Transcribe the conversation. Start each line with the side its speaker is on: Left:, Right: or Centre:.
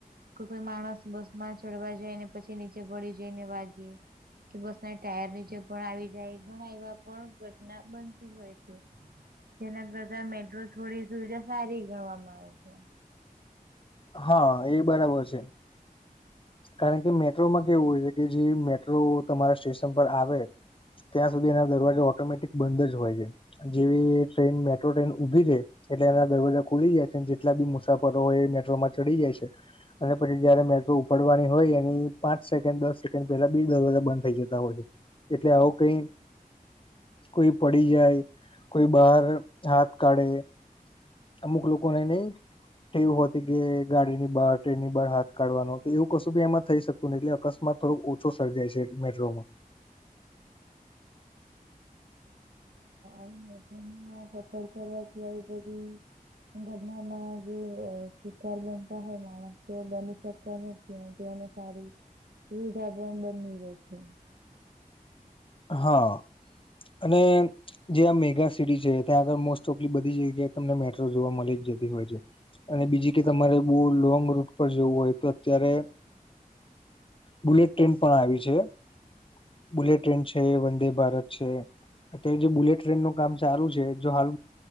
Right: કોઈ કોઈ માણસ બસ માં ચડવા જાય ને પછી નીચે પડી જઈને વાગે બસ ના ટાયર નીચે પણ આવી જાય ઘણા એવા પણ ઘટના બનતી હોય છે જેના કરતા મેટ્રો થોડી સુવિધા સારી ગણવામાં આવે છે
Left: હા એ બરાબર છે કારણ કે મેટ્રોમાં કેવું હોય છે કે, જેવી મેટ્રો તમારા સ્ટેશન પર આવે ત્યાં સુધી એનો દરવાજો ઓટોમેટિક બંધ જ હોય છે. જેવી ટ્રેન મેટ્રો ટ્રેન ઊભી છે એટલે એના દરવાજા ખુલી જાય છે જેટલા બી મુસાફરો હોય એ મેટ્રોમાં ચઢી જાય છે અને પછી જયારે મેટ્રો પડવાની હોય એની પાંચ સેકન્ડ દસ સેકન્ડ પેલા બે દરવાજા બંધ થઈ જતા હોય છે એટલે આવું કઈ કોઈ પડી જાય કોઈ બહાર હાથ કાઢે અમુક લોકોને નહિ એવું હતી કે ગાડીની બાર ટ્રેનની બહાર હાથ કાઢવાનું તો એવું કશું બી એમાં થઈ શકતું નથી એટલે અકસ્માત થોડોક ઓછો સર્જાય છે મેટ્રોમાં
Right: ના <unintelligible> કરવાથી આવી બધી <unintelligible> ના શિકાર બનતા હોય માણસ બંધ કરી શકતા ને સારી સુવિધા પણ બની રહે છે
Left: હા અને જે આ મેગા સિટી છે ત્યાં આગળ મોસ્ટ ઓફલી બધી જગ્યાએ તમને મેટ્રો જોવા મળી જતી હોય છે અને બીજી કે તમારે બહુ લોંગ રૂટ પર જવું હોય તો અત્યારે બુલેટ ટ્રેન પણ આવી છે બુલેટ બુલેટ ટ્રેન છે વંદે ભારત છે અત્યારે જે બુલેટ ટ્રેન નું કામ ચાલુ છે જો હાલ